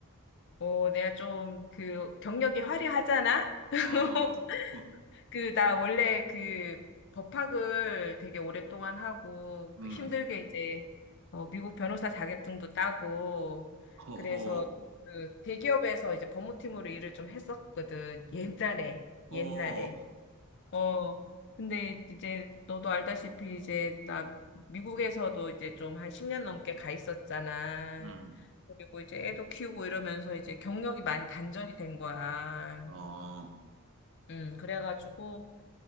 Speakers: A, on the left; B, on the right.
A: 어, 내가 좀 그 경력이 화려하잖아? <laughs>
B: 어. <laughs>
A: 그, 나 원래 그 법학을 되게 오랫동안 하고
B: 음.
A: 그 힘들게 이제 어, 미국 변호사 자격증도 따고
B: 어허,
A: 그래서 그 대기업에서 이제 법무팀으로 일을 좀 했었거든. 옛날에,
B: 어,
A: 옛날에.
B: 어,
A: 어, 근데 이제 너도 알다시피 이제 나 미국에서도 이제 좀 한 10년 넘게 가 있었잖아.
B: 음,
A: 그리고 이제 애도 키우고 이러면서 이제 경력이 많이 단절이 된 거야.
B: 어,
A: 음, 그래가지고